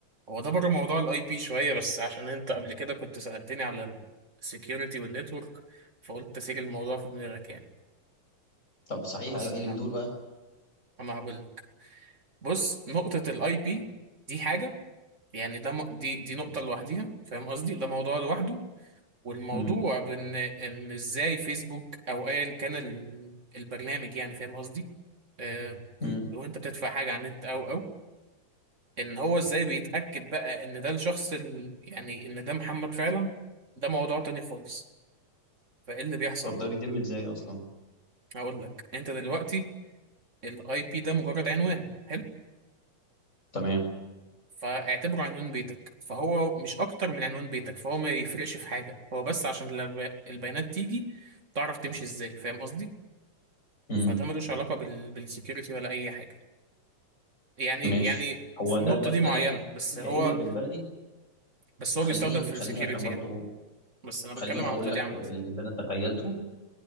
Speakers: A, on the right; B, on the left.
A: هو ده بره موضوع الاي بي شويه بس عشان انت قبل كده كنت سالتني على السكيورتي والنتورك فقلت اسيب الموضوع في دماغك يعني
B: طب صحيح
A: بص
B: أيوه إيه
A: انا
B: اللي بيدور بقى
A: انا هقول لك. بص نقطه الاي بي دي حاجه يعني ده م- دي دي نقطه لوحديها فاهم قصدي ده موضوع لوحده والموضوع
B: امم
A: بان ان ازاي فيسبوك او ايا كان ال- البرنامج يعني فاهم قصدي آه،
B: امم
A: لو انت بتدفع حاجه على النت او او ان هو ازاي بيتاكد بقى ان ده الشخص ال- يعني ان ده محمد فعلا ده موضوع تاني خالص فايه اللي بيحصل
B: طب ده بيتم إزاي أصلا
A: هقول لك انت دلوقتي الاي بي ده مجرد عنوان حلو
B: تمام
A: فاعتبره عنوان بيتك فهو مش اكتر من عنوان بيتك فهو ما يفرقش في حاجه هو بس عشان لما البيانات تيجي تعرف تمشي ازاي فاهم قصدي
B: امم
A: فده ملوش علاقه بال بالسكيورتي ولا اي حاجه يعني يعني
B: ماشي هو
A: في النقطه
B: ده ده
A: دي
B: ده
A: معينه
B: لا
A: بس هو
B: كأن بالبلدي
A: بس هو
B: خليني
A: بيستخدم في السكيورتي
B: خليني عشان برضو
A: يعني بس انا
B: خليني
A: بتكلم عن
B: أقول
A: النقطه
B: لك
A: دي عامه
B: اللي أنا تخيلته